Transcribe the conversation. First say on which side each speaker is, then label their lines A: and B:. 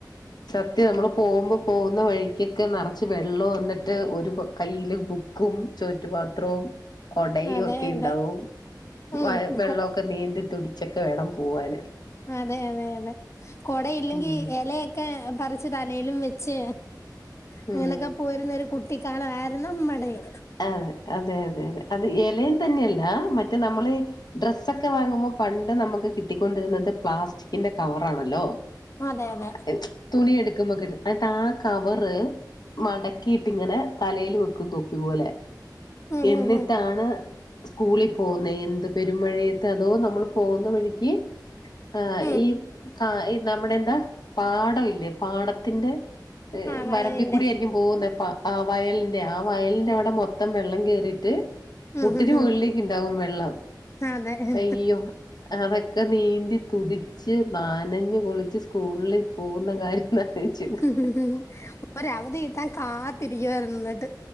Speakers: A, on the left; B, on the left.
A: സത്യം നമ്മൾ പോ വുമ്പോ പോകുന്ന വഴിക്കൊക്കെ നിറച്ച് വെള്ളം എന്നിട്ട് ഒരു കൈയിൽ ബുക്കും ചോറ്റുപാത്രവും കുടയും
B: അതെ
A: ഒക്കെ
B: അതെ
A: ഉണ്ടാവും
B: ഉം
A: വ വെള്ളവൊക്കെ
B: കൊ
A: നീന്തി തുടിച്ചൊക്കെ വേണം പോവാന്
B: അതെ അതെ അതെ കുട ഇല്ലെങ്കിൽ
A: ഉം
B: ഇല ക്കെ പറിച്ച് തലയിലും വെച്ച് അങ്ങനൊക്കെ
A: ഉം
B: പോയിരുന്ന ഒരു കുട്ടിക്കാലം ആയി രുന്നു നമ്മടേത്
A: ആഹ് അതെ അതെ അതെ അത് ഇലയും തന്നെയല്ല മറ്റേ നമ്മള് ഡ്ര സ്സോക്കെ വാങ്ങുമ്പോൾ പണ്ട് നമുക്ക് കിട്ടിക്കൊണ്ടിരുന്നത് പ്ലാസ്റ്റിക്കിന്റെ കവർ ആണല്ലോ
B: അതെ അതെ
A: <unintelligible> തുണി എടുക്കുമ്പോക്കെ എന്നിട്ട് ആഹ് കവറ് മടക്കിയിട്ട് ഇങ്ങനെ തലേൽ വെക്കും തോപ്പി പോലെ
B: ഉം
A: എന്നിട്ടാണ്
B: ഉം ഉം
A: സ്കൂളിൽ പോന്നേ എന്ത് പെരും മഴയത്ത അതോ നമ്മൾ പോന്ന വഴിക്ക് ആഹ്
B: ഉം
A: ഈ കാ നമ്മുടെ എന്താ പാടം ഇല്ലേ പാടത്തിന്റെ
B: ആവായതിന്റെ
A: വരമ്പിക്കൂടി ആയിരിക്കും പോകുന്നെപ്പ ആഹ് വയലിന്റെ ആഹ് വയലി ന്റെ അവിടെ മൊത്തം വെള്ളം കേയറിട്ട്
B: ഉം
A: മുട്ടിന്
B: ഉം
A: മുകളിലേക്ക്
B: ഉം
A: ഉണ്ടാകും വെള്ളം
B: അതെ
A: അയ്യോ അതൊക്കെ നീന്തി തുടിച്ച് നനഞ്ഞ് കുളിച്ച് സ്കൂളിൽ പോകുന്ന കാര്യം ഒന്ന് ആലോചിച്ച്
B: <unintelligible>
A: നോക്ക്
B: ഒരു അവധി കിട്ടാൻ കാത്തിരിക്കുവായിരുന്നു എന്നിട്ട്